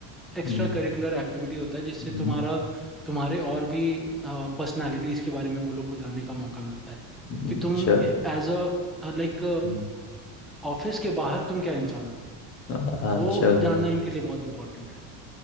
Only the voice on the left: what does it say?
हम्म,
हम्म,
हम्म,
चल
हम्म,
हाँ
चलो